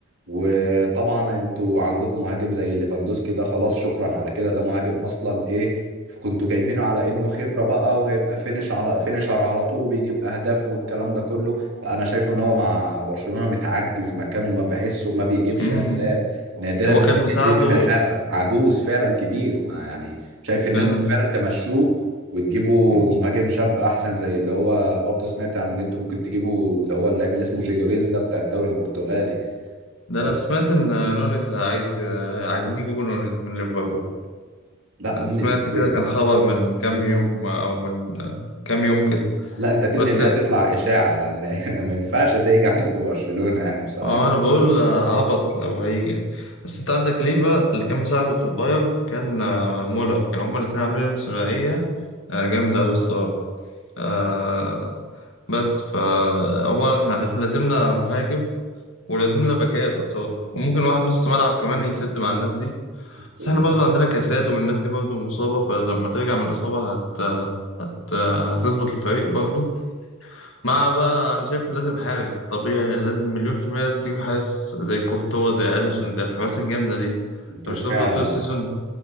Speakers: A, on the right; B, on the left.
A: وطبعا انتوا عندكم مهاجم زي ليفاندوسكي ده خلاص شكرا على كده ده مهاجم اصلا ايه كنتوا جايبينه على انه خبره بقى وهيبقى فينش على فينشر على طول وبيجيب اهداف والكلام ده كله لا انا شايف ان هو مع برشلونه متعجز مكانه ما بحسه ما بيجيبش
B: امم
A: اهداف نادرا
B: هو
A: لما
B: كان
A: بينزل
B: مساعده
A: يعمل حاجه عجوز فعلا كبير ما يعني شايف ان
B: كان
A: انتوا فعلا تمشوه وتجيبوا
B: مم.
A: مهاجم شاب احسن زي اللي هو برضه سمعت عن ان انتوا ممكن تجيبوا اللي هو اللاعب اللي اسمه جيجوريز ده بتاع الدوري البرتغالي
B: ده
A: آه،
B: انا سمعت ان نونيز عايز عايزين يجيبوا نونيز من ليفربول
A: لا نونيز
B: سمعت كده
A: ايه يا
B: كان
A: عم؟
B: خبر من كام
A: نونيز.
B: يوم او من كام يوم كده
A: لا انت تدعي
B: بس
A: انها تطلع اشاعه لان <laughs> ما ينفعش ده يجي عندكم برشلونه يعني بصراحه
B: آه، انا بقول آه، عبط لو هيجي بس انت عندك ليفا اللي كان مساعده في البايرن كان آه، مولر كانوا هما الاتنين عاملين ثنائية آه، جامدة أوي الصراحة آه، بس فهو احنا لازمنا مهاجم ولازم لنا باكات اطراف وممكن واحد نص ملعب كمان يسد مع الناس دي بس
A: بالظبط
B: احنا برضه عندنا كساد والناس دي برضه مصابة فلما ترجع من الإصابة هت... هت... هتظبط الفريق برضه مع بقى أنا شايف لازم حارس طبيعي لازم مليون في المية لازم تجيب حارس زي كورتوا زي أليسون زي الحراس الجامدة دي
A: انتوا
B: أنت مش
A: فعلا
B: هتفضل طول السيزون